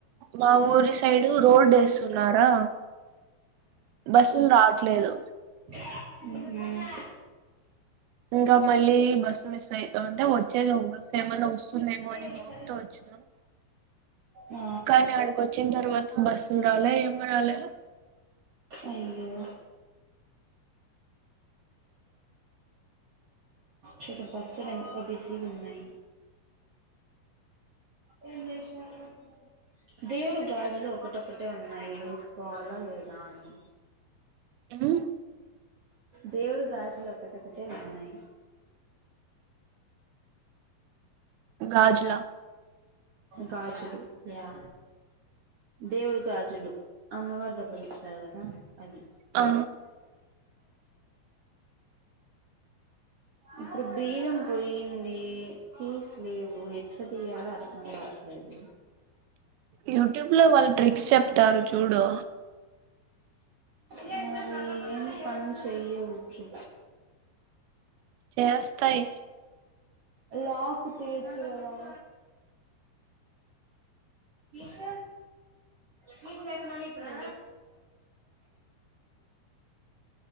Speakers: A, on the right (about 80°); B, on the right (about 60°).
A: మా ఊరి సైడు రోడ్ వేస్తున్నారా బస్సులు రావట్లేదు
B: మ్మ్ హ్మ్
A: ఇంకా మళ్ళీ బస్సు మిస్ అయితా అంటే వచ్చేది బస్ ఏమన్నా వస్తుందేమో అని
B: ఉహు
A: హోప్ తో వచ్చినాం
B: ఆ
A: కానీ అడికి వచ్చిన తర్వాత బస్సు రాలే ఏమి రాలే
B: అయ్యో చడ బస్సులు ఎంతో బిజీగా ఉన్నాయి ఏం చేసినారు దేవుడు గాజులు ఒకటక్కటే ఉన్నాయి వేసుకోవాలా లేదా అని
A: హ్మ్
B: దేవుడు గాజులు ఒకటొక్కటే ఉన్నాయి
A: గాజులా
B: గాజులు యా దేవుడు గాజులు అమ్మవారి దగ్గర ఇస్తారు కదా అవి
A: ఆ
B: ఇప్పుడు బీదం పోయింది ఫీస్ లేవు ఎట్లా తీయాలో అర్థం కావట్లేదు
A: యూట్యూబ్ లో వాళ్ళు ట్రిక్స్ చెప్తారు చూడు
B: ఇ ఏను పని చెయ ఉఊట్కు
A: చేస్తాయి
B: లాకు తీచడం ఫ ఫస్ లేక ప్ర అ